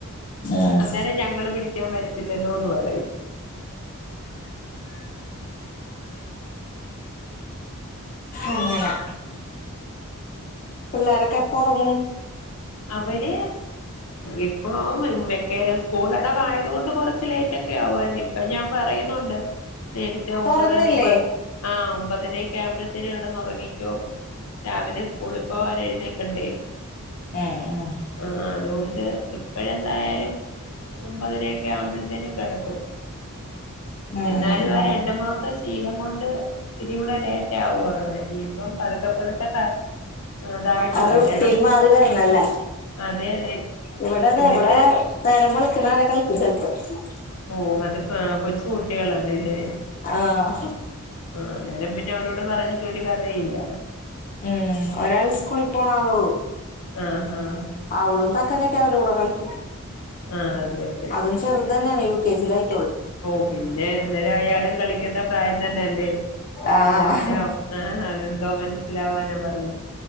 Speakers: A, on the left; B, on the left.
A: ആഹ്
B: അന്നേരം ഞങ്ങള് പിടിക്കാൻ പരത്തില്ലല്ലോന്ന് പറയും
A: അങ്ങനെ പിള്ളോരൊക്കെ എപ്പ ഉറങ്ങും
B: അവര് ഇപ്പൊക്ക സ്കൂൾടവായത കൊണ്ട് കുറച്ച് ലേറ്റ ഒക്കെ ആവുന്ന് ഇപ്പ ഞാൻ പറയുന്നുണ്ട് നേരിത്തെ ഒമ്പത്
A: തുറന്നില്ലേ
B: ഒമ്പത് ആഹ ഒമ്പത് ഏറ്റരായകുപ്പോ കടന്നുറങ്ങിക്കോ രാവിലെ സ്കൂളിൽ പോവൻ എഴുതേക്കണ്ടേ
A: ഉം ഉം
B: ആ അതുകൊണ്ട് ഇപ്പഴ എന്തായാലും ഒമ്പതര ട്ടാര ആമ്പത്തെ കിടക്കും
A: ഉം
B: എന്നാലും
A: ഉം
B: ആ
A: ഉം
B: രണ്ടു മാസ ശീലം അതുകൊണ്ട് ശിരി കൂടെ ലേറ്റ് ആകൂറങ്ങെ അഹ് ഇപ്പം പതുക്കെ പതുക്കെ അതായിട്ട്
A: ആ റുട്ടീൻ
B: വരണം
A: മാറിയത് അറിഞ്ഞ ല്ലേ
B: അതെ അതെ
A: ഇവിടതാ
B: എന്നിട്ട്
A: ഇവടെ നേരം വെളുക്കുന്നത് വരെ കളിക്കും ചപ്പ <unintelligible>
B: ഓ അതൊക്കെ കൊച്ചു കുട്ടികളാണല്ലേ
A: ആഹ്
B: ആ അന്നേരം പിന്നെ അവരോട് പറഞ്ഞിട്ടൊരു കഥയുല്ല
A: ഉം ഒരാൾ സ്കൂൾ പോണാളേ ഉള്ളൂ
B: ആഹ് ആഹ്
A: അവളും തക്കം കിട്ടിയ അവരെ കൂടെ കളിക്കും
B: ആ അതെ അതെ
A: അതും ചെറ് തെന്നേണ് യൂട് കെ ജി ലായി
B: ഓ പിന്നെ അന്നേരം അയാളും കളിക്കേണ്ട പ്രായം തന്നെല്ലേ
A: ആഹ്
B: അങ്ങനെ പിന്നെ ആ അതെ ന്തോ മനസ്സിലാവാനാ പറഞ്ഞ്